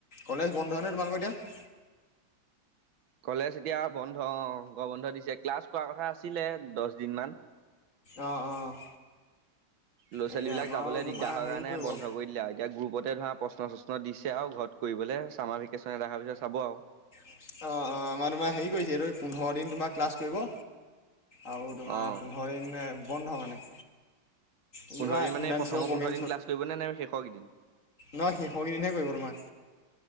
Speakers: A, on the left; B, on the right.
A: কলেজ বন্ধ নে তোমালোকৰ এতিয়া?
B: কলেজ এতিয়া বন্ধ অ' গৰম বন্ধ দিছে ক্লাছ কৰা কথা আছিলে দহ দিন মান।
A: অ', অ'।
B: ল'ৰা
A: এতিয়া
B: ছোৱালীবিলাক
A: আমাৰো
B: যাবলৈ দিগদাৰ
A: তোমাৰ
B: হয়
A: হেৰি
B: কাৰণে
A: কৰিব
B: বন্ধ
A: অ
B: কৰি দিলে আৰু এতিয়া গ্ৰুপতে ধৰা প্ৰশ্ন চশ্ন ত' দিছে আৰু ঘৰত কৰিবলৈ ছামাৰ ভেকেশ্যনত এয়াত আহাৰ পিছত চাব আৰু।
A: অ', অ', আমাৰ তোমাৰ হেৰি কৰিছে এই পোন্ধৰ দিন তোমাৰ ক্লাছ কৰিব। আৰু তোমাৰ
B: অ
A: পোন্ধৰ দিন বন্ধ মানে। কিবা
B: পোন্ধৰ দিন মানে
A: ইণ্টাৰ্ণশ্বিপৰ
B: প্ৰথম
A: প্ৰগ্ৰেম
B: পোন্ধৰ দিন ক্লাছ কৰিব নে নে শেষৰ কেইদিন?
A: নহয় শেষকেইদিনহে কৰিব তোমাৰ।